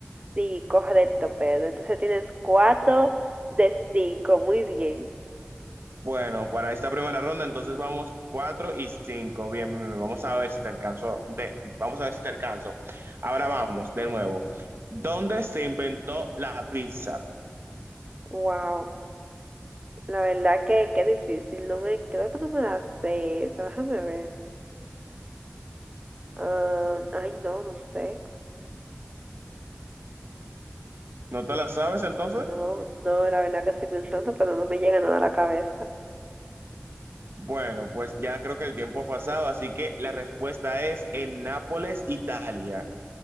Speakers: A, on the right; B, on the right.
A: Sí, correcto, Pedro. Entonces tienes cuatro de cinco, muy bien.
B: Bueno, para esta primera ronda, entonces vamos 4 y 5. Bien, bien, bien. Vamos a ver si te alcanzo. de- vamos a ver si te alcanzo. Ahora vamos, de nuevo. ¿Dónde se inventó la pizza?
A: Wow. La verdad que qué difícil, no me, creo que no me la sé, esa, déjame ver. Ah, ay, no, no sé.
B: ¿No te la sabes entonces?
A: No, no, la verdad que estoy pensando, pero no me llega nada a la cabeza.
B: Bueno, pues ya creo que el tiempo ha pasado, así que la respuesta es en Nápoles, Italia.